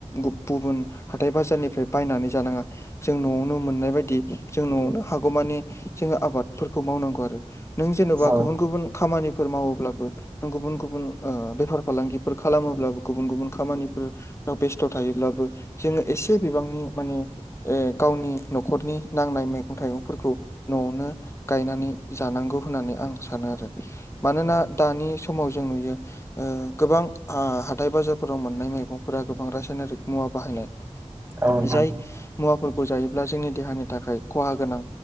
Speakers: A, on the left; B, on the right.
A: गुबुन हाथाइ बाजारनिफ्राय बायनानै जानाङा जों न'आवनो मोननाय बायदि जों न'आवनो हागौमानि जोङो आबादफोरखौ मावनांगौ आरो नों जेन'बा
B: औ
A: गुबुन गुबुन खामानिफोर मावोब्लाबो गुबुन गुबुन ओ बेफार फालांगिफोर खालामोब्लाबो गुबुन गुबुन खामानिफोर बेस्थ' थायोब्लाबो जोङो एसे बिबांनि माने ए गावनि न'खरनि नांनाय मैगं थाइगंफोरखौ न'आवनो गायनानै जानांगौ होननानै आं सानो आरो मानोना दानि समाव जों नुयो ओ गोबां ओ हाथाइ बाजारफोराव मोननाय मैगंफोरा गोबां रासायनारिक मुवा बाहायनाय
B: औ
A: जाय
B: नोंथां
A: मुवाफोरखौ जायोब्ला जोंनि देहानि थाखाय खहा गोनां